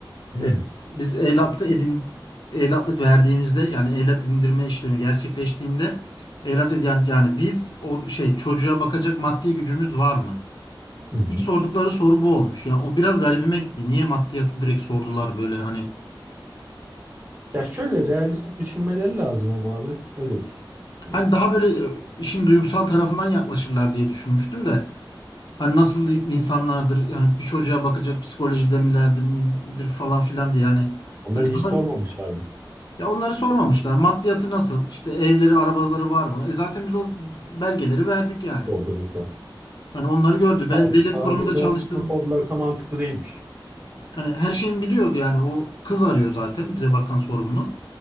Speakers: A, on the right; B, on the left.
A: Hmm.
B: Ee, biz evlatlı edin evlatlık verdiğimizde yani evlat edindirme işlemi gerçekleştiğinde evlat edin yani yani biz o şey çocuğa bakacak maddi gücümüz var mı?
A: Hı hı.
B: İlk sordukları soru bu olmuş. Yani o biraz garibime gitti. Niye maddiyatı direkt sordular böyle hani
A: Ya şöyle realistik düşünmeleri lazım ama abi. Öyle düşün. Hani
B: Hani daha böyle e, işin duygusal tarafından yaklaşırlar diye düşünmüştüm de. Hani nasıl insanlardır yani bir çocuğa bakacak psikolojide milerdir midir falan filan diye yani
A: Onları
B: böyle
A: hiç
B: daha
A: sormamışlar mı?
B: ya onları sormamışlar. Maddiyatı nasıl? İşte evleri, arabaları var mı? E zaten biz o belgeleri verdik yani.
A: Doldurduk zaten.
B: Hani onları gördü. Ben
A: Sadece
B: devlet
A: sadece
B: kurumunda çalıştım.
A: onu sordularsa mantıklı değilmiş.
B: Hani her şeyimi biliyor yani o kız arıyor zaten bize bakan sorumlu.